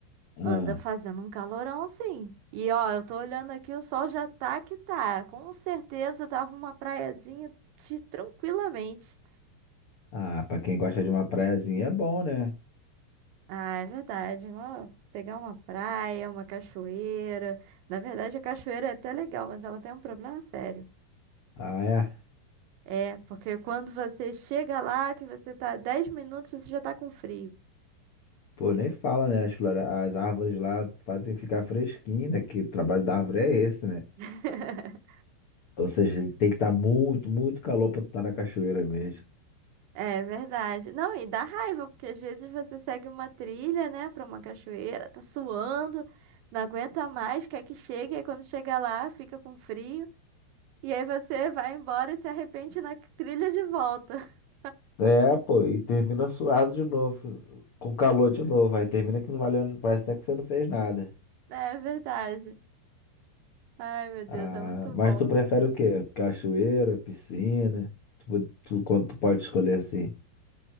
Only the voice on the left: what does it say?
Ah,
ah, pra quem gosta de uma praiazinha é bom, né?
Ah, é?
Pô, nem fala, né? As, flore... As árvores lá fazem ficar fresquinho, né? Que o trabalho da árvore é esse, né?
Ou seja, tem que estar muito, muito calor pra tu estar na cachoeira mesmo.
É, pô, e termina suado de novo, com calor de novo. Aí termina que não valeu, parece até que você não fez nada.
Ah,
mas
tu prefere o quê? Cachoeira, piscina? Tipo, tu, quando tu pode escolher assim?